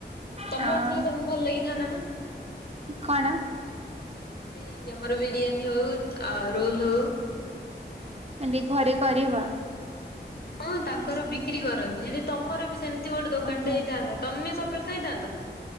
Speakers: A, on the left; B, on the right.
A: ତମର
B: ହଁ
A: ଥିଲେ ତମକୁ ଭଲ ଲାଗିଥାନ୍ତାନା।
B: କଣ?
A: ସେଇ ଆମର ବିରିୟାନୀ ହଉ ଆ ରୋଲ ହଉ।
B: କାଲି ଘରେ କରିବା।
A: ହଁ ତାଙ୍କର ବିକ୍ରି କରନ୍ତି ଯଦି ତମର ବି ସେମିତି ଗୋଟେ ଦୋକାନଟେ
B: ଓହୋ।
A: ହେଇଥାନ୍ତା ତମେ ସବୁବେଳେ ଖାଇଥାନ୍ତ?